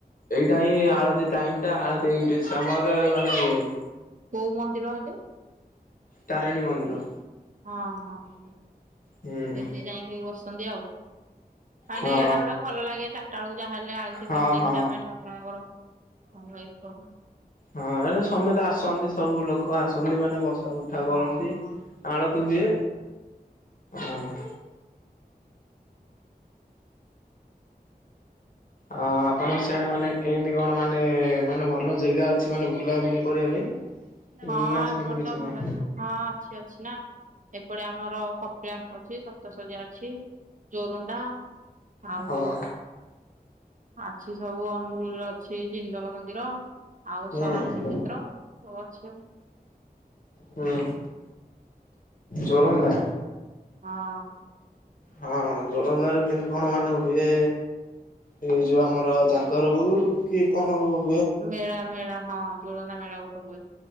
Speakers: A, on the left; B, on the right.
A: ଏଇଟା ହିଁ
B: ହଁ
A: ଆଳତ୍ତି ଟାଇମି ଟା। ଇଟି ସମୟରେ ମାନେ ଇଏ।
B: କୋଉ ମନ୍ଦିର ଏଠେ?
A: ତାରିଣୀ ମନ୍ଦିର।
B: ହଁ ହଁ ହୁଁ ସେଠି
A: ହୁଁ
B: ଯାଇକି ବସନ୍ତି ଆଉ। ମାନେ
A: ହଁ
B: ଏଇଟା ଗୋଟେ ଭଲ ଲାଗେ ଚାରିଟା ବେଳକୁ ଯାହା ହେଲେ ଆଳତି
A: ହଁ
B: ଫାଳତି ଦେଖିବା
A: ହଁ
B: ପାଇଁ ଠାକୁରଙ୍କର। ହଁ ଭାଇ କହ।
A: ହଁ ଏ ସମେ ତ ଆସନ୍ତି ସେ ସବୁ ଲୋକ ଆସନ୍ତି ମାନେ ବସା ଉଠା
B: ହଁ।
A: କରନ୍ତି ଆଳତି ହୁଏ। ହଁ। ଆ ଆପଣଙ୍କ ସିଆଡେ ମାନେ କେଏନ୍ତି କଣ ମାନେ ମାନେ ଭଲ ଜାଗା ଅଛି ମାନେ ବୁଲାବୁଲି କରିବା ପାଇଁ
B: ହଁ
A: ନା
B: ଏପତ୍
A: ସେମିତି କିଛି
B: ତ <unintelligible>
A: ନାହିଁ
B: ହଁ ଅଛି ଅଛି ନା। ଏପଟେ ଆମର କପିଳାସ ଅଛି ସପ୍ତସର୍ଯ୍ୟା ଅଛି ଜୋରନ୍ଦା ଆଉ
A: ହଁ
B: ଆଛି ସବୁ ଅନୁଗୁଳର ଅଛି ଜିନ୍ଦଳ ମନ୍ଦିର ଆଉ
A: ହୁଁ।
B: ସରଣ ଶିକ୍ଷେତ୍ର ସବୁ ଅଛି ଆଉ।
A: ହୁଁ ଯୋରନ୍ଦା।
B: ହଁ।
A: ହଁ ଜୋରନ୍ଧାର କେମିତ କଣ ମାନେ ହୁଏ ଏଇ ଯୋଉ ଆମର ଜାଗର ହଉ କି କଣ ହଉ
B: ମେଳା ମେଳା ହଁ ଜୋରନ୍ଦା ମେଳା ଗୋଟେ ହୁଏ